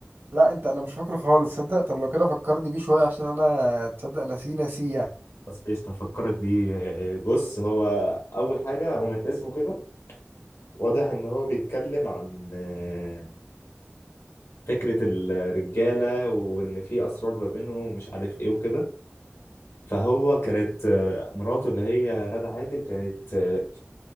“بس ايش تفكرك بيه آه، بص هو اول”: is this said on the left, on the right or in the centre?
Left